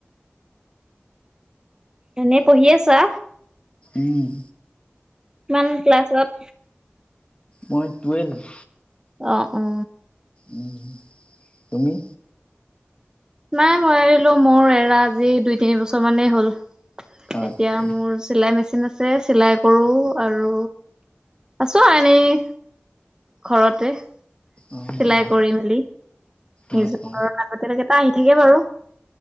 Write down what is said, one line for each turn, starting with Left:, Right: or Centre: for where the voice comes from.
Right: এনেই পঢ়ি আছা?
Left: উম
Right: ইমান ক্লাছত
Left: মই টুৱেলভ
Right: অ' অ'
Left: উ তুমি
Right: নাই মই এৰিলো মোৰ এৰা আজি দুই তিনি বছৰ মানেই হ'ল।
Left: আচ্ছা
Right: এতিয়া মোৰ চিলাই মেচিন আছে চিলাই কৰো আৰু আছো আৰু এনেই ঘৰতে।
Left: অ
Right: চিলাই
Left: অ
Right: কৰি মেলি <unintelligible>
Left: অ অ